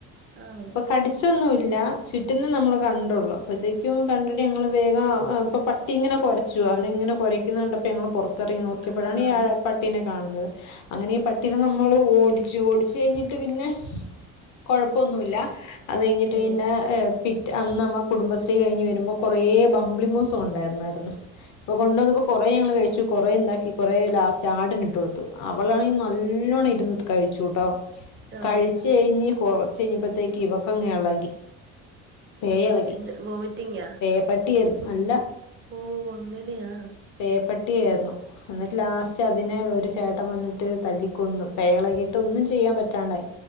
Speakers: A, on the right (about 35°); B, on the left (about 60°).
A: ആഹ്
B: കടിച്ചൊന്നുല്ല ചുറ്റുന്നെ നമ്മള് കണ്ടൊള്ളു
A: ആഹ്
B: അപ്പോത്തി ക്കും കണ്ടിട്ട് ഞങ്ങൾ വേഗം അ അപ്പൊ പട്ടി ങ്ങനെ കൊരച്ചു അവനിങ്ങനെ കൊരയ്ക്കുന്നെ കണ്ടപ്പോൾ ഞങ്ങള് പൊറ ത്തെർങ്ങ്യോക്ക്യപ്പളാണ്
A: ആഹ്
B: <unintelligible>
A: ആഹ്
B: പട്ടിനെ കാണുന്നത് അങ്ങനെ ഈ പട്ടിനെ നമ്മള് ഓടിച്ചു ഓടിച്ചഴിഞ്ഞിട്ട് പിന്നെ കൊഴപ്പൊന്നുല്ല അത് കഴിഞ്ഞിട്ട്
A: ഏഹ്
B: പിന്നെ ഏഹ് പിറ്റ് അന്നമ്മ കുടുംബശ്രീ കഴിഞ്ഞ് വെരുമ്പോ കൊറേ ബംമ്പിളി മൂസൊണ്ടായിരുന്നതിന് അപ്പ കൊണ്ടന്നപ്പോ കെറേ ഞങ്ങള് കഴി ച്ചു കൊറേ ണ്ടാക്കി ക്കെറേ ലാസ്റ്റ് ആടിനിട്ട് കൊടുത്തു അവളാണെങ്കി നല്ലോണ്ണം ഇരുന്ന്ട്ട് കഴിച്ചുട്ടോ
A: ഓ
B: കഴിച്ചയിഞ്ഞ് കൊറച്ച് കയ്ഞ്ഞപ്പഴത്തേക്ക് ഇവക്കങ്ങെളെകി പേ എളകി
A: എന്ത് വോമിറ്റിംഗാ
B: പേ പട്ടിയേര്ന്നു അല്ല
A: ഓഹ് അങ്ങനെയാ
B: പേപ്പട്ടിയാന്നു ന്നട്ട് ലാസ്റ്റ് അതിനെ ഒരു ചേട്ടവന്ന്ട്ട് തല്ലിക്കൊന്നു പേയെളെകീട്ടൊന്നും ചെയ്യാൻ പറ്റാണ്ടായി.